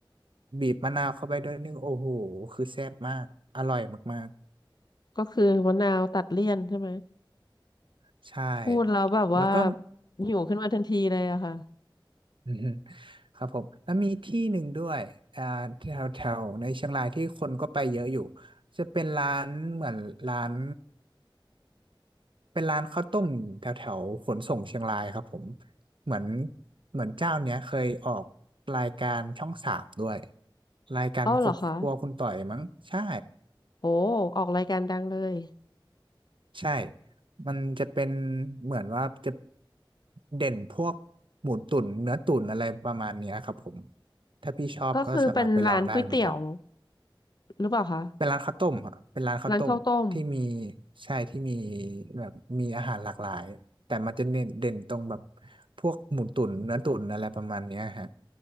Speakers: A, on the right; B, on the left.
A: บีบมะนาวเข้าไปด้วยนึงโอ้โหคือแซ่บมากอร่อยมาก
B: ก็คือมะนาวตัดเลี่ยนใช่ไหม
A: ๆใช่
B: พูดแล้วแบบว่า
A: แล้วก็ <laughs>
B: หิวขึ้นมาทันทีเลยอะค่ะ
A: อืมครับผมแล้วมีที่หนึ่งด้วยอ่าแถวแถวในเชียงรายที่คนก็ไปเยอะอยู่จะเป็นร้านเหมือนร้าน เป็นร้านข้าวต้มแถวแถวขนส่งเชียงรายครับผมเหมือนเหมือนเจ้าเนี้ยเคยออกรายการช่องสามด้วยรายการครัวครัวคุณต่อยมั้งใช่
B: เอ้าเหรอคะโอ้ออกรายการดังเลย
A: ใช่มันจะเป็นเหมือนว่าจะเด่นพวกหมูตุ๋นเนื้อตุ๋นอะไรประมาณเนี้ยครับผมถ้าพี่ชอบก็สามารถไปลองได้เหมือนกัน
B: ก็คือเป็นร้านก๋วยเตี๋ยวหรือเปล่าคะ
A: เป็นร้านข้าวต้มอะเป็นร้านข้าวต้มที่มี
B: ร้านข้าวต้ม
A: ใช่ที่มีแบบมีอาหารหลากหลายแต่มันจะเน้นเด่นตรงแบบพวกหมูตุ๋นเนื้อตุ๋นอะไรประมาณเนี้ยฮะ